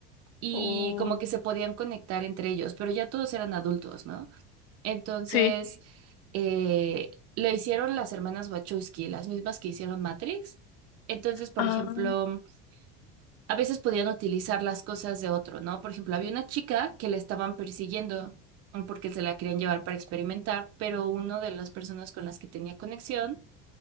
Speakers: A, on the right; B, on the left.
A: y
B: Uh,
A: como que se podían conectar entre ellos, pero ya todos eran adultos, ¿no? Entonces,
B: sí.
A: eh, lo hicieron las hermanas Wachowski, las mismas que hicieron Matrix. Entonces, por
B: Ah,
A: ejemplo, a veces podían utilizar las cosas de otro, ¿no? Por ejemplo, había una chica que la estaban persiguiendo mm, porque se la querían llevar para experimentar, pero una de las personas con las que tenía conexión